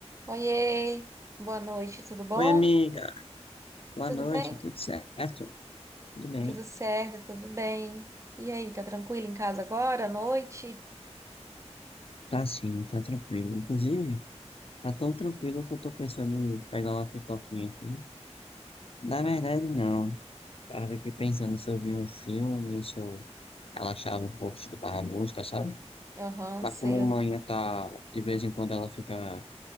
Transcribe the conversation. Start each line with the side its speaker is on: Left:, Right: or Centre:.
Right: Oiê, boa noite, tudo bom?
Left: Oi, amiga. Boa
Right: Tudo
Left: noite,
Right: bem?
Left: tudo certo? Tudo bem?
Right: Tudo certo, tudo bem. E aí, tá tranquilo em casa agora, à noite?
Left: Tá sim, tá tranquilo. Inclusive, tá tão tranquilo que eu tô pensando em pegar uma pipoquinha aqui. Na verdade, não. Tava aqui pensando se eu vi um filme, se eu relaxava um pouco, escutava música, sabe?
Right: Aham,
Left: Mas
Right: sei,
Left: como
Right: eu
Left: manhã tá, de vez em quando ela fica